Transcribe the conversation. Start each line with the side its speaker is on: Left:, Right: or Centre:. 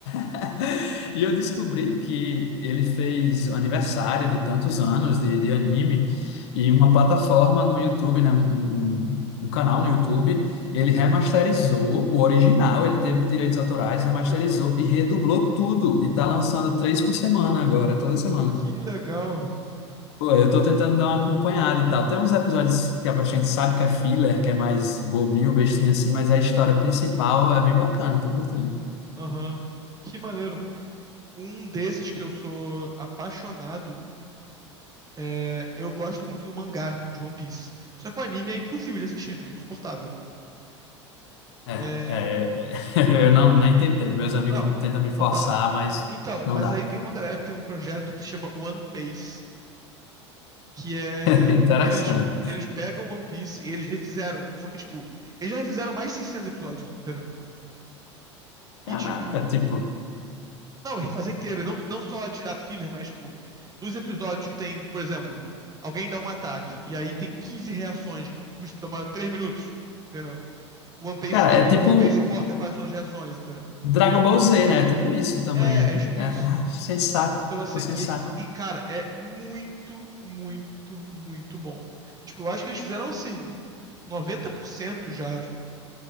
Left: <laughs> E eu descobri que ele fez o aniversário de tantos anos de, de anime e uma plataforma no YouTube, né? Um, um- um um canal no YouTube, ele remasterizou o original, ele teve direitos autorais,
Right: Nossa,
Left: remasterizou
Right: que legal.
Left: e redublou tudo. E tá lançando três por semana agora, toda semana.
Right: Que legal.
Left: Pô, eu tô tentando dar uma acompanhada e tal. Tem uns episódios que a gente sabe que é filler, que é mais bobinho, bestinho assim, mas a história principal é bem bacana, tô gostando.
Right: Aham. Que maneiro. Um desses que eu sou apaixonado é. Eu gosto muito do mangá de One Piece. Só que o anime é impossível de assistir, né? É insuportável.
Left: É,
Right: É...
Left: é, é. <laughs> eu não,
Right: n-
Left: nem tentei. Meus amigos
Right: Não,
Left: tentam me forçar,
Right: não dá.
Left: mas
Right: Então,
Left: não
Right: mas
Left: dá.
Right: aí tem uma galera que tem um projeto que se chama One Piece. que é
Left: <laughs> interessante.
Right: eles eles pegam One Piece e eles refizeram, só que tipo, eles já refizeram mais de 600 episódios, entendeu?
Left: Caraca,
Right: E tipo,
Left: tipo.
Right: não, refazer inteiro, não não só tirar filler, mas tipo, dos episódios que tem, por exemplo, alguém dá um ataque e aí tem 15 reações que custam tomar 3 minutos, entendeu? O One Piece
Left: Cara,
Right: não,
Left: é tipo
Right: o One Piece corta quase todas as reações, entendeu?
Left: Dragon Ball Z, né? É tipo isso também.
Right: É, é tipo
Left: É,
Right: isso.
Left: sem saco,
Right: Então, assim,
Left: sem
Right: e,
Left: saco.
Right: e, cara, é muito, muito, muito bom. Tipo, eu acho que eles fizeram, assim, 90% já,